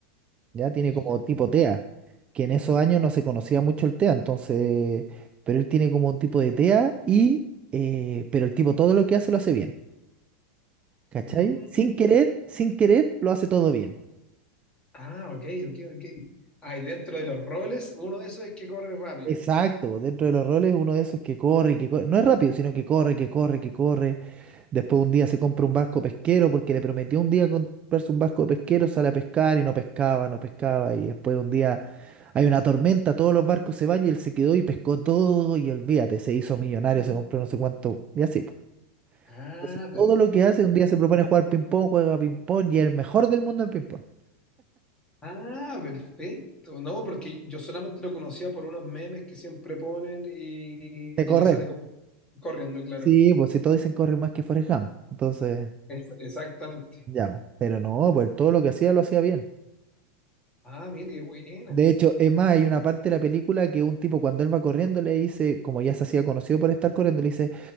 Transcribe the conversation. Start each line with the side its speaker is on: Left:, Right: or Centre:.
Right: ya tiene
Left: Perfecto.
Right: como tipo TEA, que en esos años no se conocía mucho el TEA, entonces, pero él tiene como un tipo de TEA y, eh, pero el tipo todo lo que hace lo hace bien, ¿cachai?
Left: Mm,
Right: Sin querer, sin querer lo hace todo bien.
Left: ah, ok, ok, ok. Ah, y dentro de los roles, uno de esos es que corre rápido.
Right: Exacto, dentro de los roles uno de esos es que corre y que corre, no es rápido, sino que corre, que corre, que corre. Después un día se compra un barco pesquero porque le prometió un día comprarse un barco pesquero, sale a pescar y no pescaba, no pescaba. Y después un día hay una tormenta, todos los barcos se van y él se quedó y pescó todo y olvídate, se hizo millonario,
Left: Mm.
Right: se compró no sé cuánto y así. po.
Left: Ah,
Right: Entonces,
Left: perfecto.
Right: todo lo que hace, un día se propone jugar ping-pong, juega ping-pong y es el mejor del mundo en ping-pong.
Left: Ah, perfecto. No, porque yo solamente lo conocía por unos memes que siempre ponen y,
Right: De correr.
Left: y que sale como corriendo, claro.
Right: Sí, pues si todos dicen corre más que Forrest Gump, entonces...
Left: Es- exactamente.
Right: Ya, po. pero no, pues todo lo que hacía lo hacía bien.
Left: Ah, mira, qué buena.
Right: De hecho, es más, hay una parte de la película que un tipo cuando él va corriendo le dice, como ya se hacía conocido por estar corriendo, le dice,